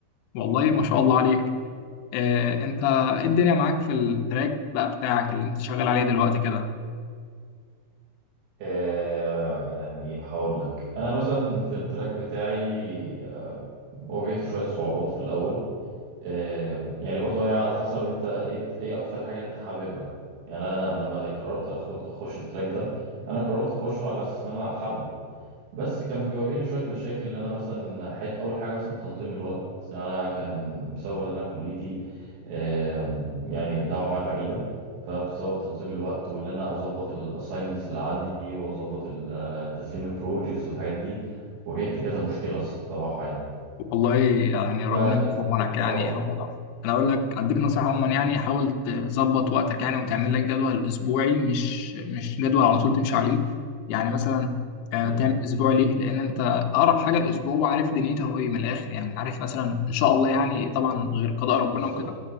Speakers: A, on the left; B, on the right.
A: والله ما شاء الله عليك آه انت ايه الدنيا معاك في التراك بقى بتاعك اللي انت شغال عليه دلوقتي كده
B: آه يعني هقول لك انا مثلا في التراك بتاعي واجهت شويه صعوبات في الاول آه يعني برضو هي على حسب انت ايه ايه اكتر حاجه انت حاببها يعني انا لما ده قررت اخد اخش التراك ده انا قررت اخشه على اساس ان انا حابه بس كان بيواجهني شوية مشاكل اللي أنا مثلا حت أول حاجة مثلا تنظيم الوقت أنا كان بسبب إن أنا كليتي آه، يعني نوعا ما بعيدة فبسبب تنظيم الوقت وإن أنا أظبط الأسايمنتس اللي عندي وأظبط ال- آه، تسليم البروجيكتس والحاجات دي واجهت كذا مشكلة الصراحة يعني
A: والله يعني ربنا
B: ف
A: يكون في عونك يعني
B: آه
A: هو انا اقول لك اديك نصيحه عموما يعني حاول تظبط وقتك يعني وتعمل لك جدول اسبوعي مش مش جدول على طول تمشي عليه يعني مثلا آه،
B: أمم،
A: تعمل اسبوع ليه لان انت اقرب حاجه الاسبوع وعارف دنيته هو ايه من الاخر يعني عارف مثلا ان شاء الله يعني طبعا غير قضاء ربنا
B: بالظبط
A: وكده